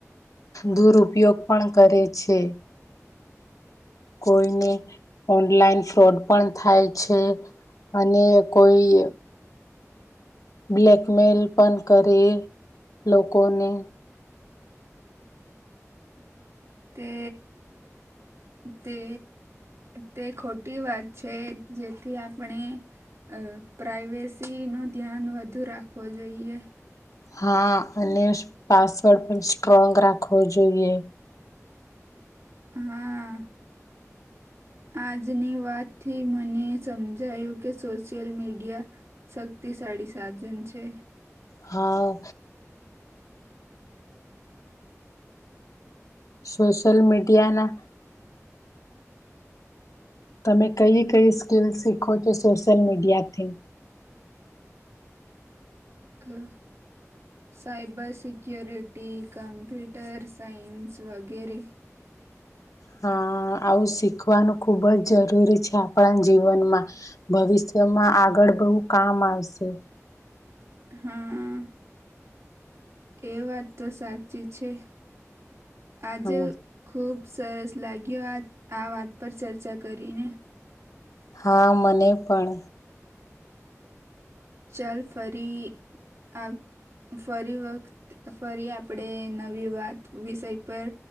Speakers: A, on the left (about 85°); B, on the right (about 60°).
A: દુરપયોગ પણ કરે છે કોઈને ઓનલાઈન ફ્રોડ પણ થાય છે અને કોઈ બ્લેકમેલ પણ કરી લોકોને
B: તે તે તે ખોટી વાત છે જેથી આપણે અ પ્રાઈવેસી નો ધ્યાન વધુ રાખવો જોઈએ
A: હા અને પાસવર્ડ પણ સ્ટ્રોંગ રાખવો જોઈએ
B: હા આજની વાતથી મને સમજાયું કે સોશિયલ મીડિયા શક્તિ સાડી સાત જન છે
A: હા સોશ્યલ મીડિયાના તમે કઈ કઈ સ્કીિલ શીખો છો સોશિયલ મીડિયાથી
B: <unintelligible> સાઈબર સિક્ય્યોરિટી કમ્પ્યુટર સાયન્સ વગેરે
A: હા આવું શીખવાનું ખુબ જ જરૂરી છે આપણા જીવનમાં ભવિષ્ય જેમાં આગળ બહુ કામ આવશે
B: હા એ વાત તો સાચી છે આજે
A: હા
B: ખુબ સરસ લાગ્યો આ આ વાત પર ચર્ચા કરીને
A: હા મને પણ
B: ચાલ ફરી અબ ફરી વખત ફરી આપડે નવી વાત વિષય પર